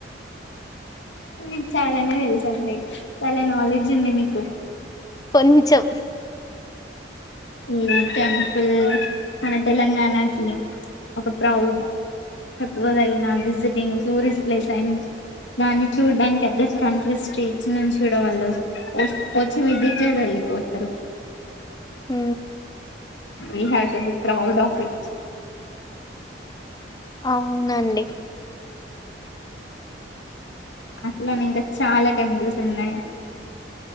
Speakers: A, on the left; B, on the left.
A: మీకు చాలానే తెలుసు అండి చాలా నాలెడ్జ్ ఉంది మీకు
B: కొంచెం
A: ఉమ్ టెంపుల్ మన తెలంగాణకి ఒక ప్రౌడ్ చెప్పుకోదగిన విజిటింగ్ టూరిస్ట్ ప్లేస్ అండ్ దాన్ని చూడడానికి ఆథర్ కంట్రీస్ స్ట్రీట్స్ నుంచి కూడా వాళ్ళు వచ్చి విజిట్ చేసి వెళ్ళిపోతారు
B: హ
A: వె have to be proud of it
B: అవునండి
A: అట్లానే ఇంకా చాలా టెంపుల్స్ ఉన్నాయి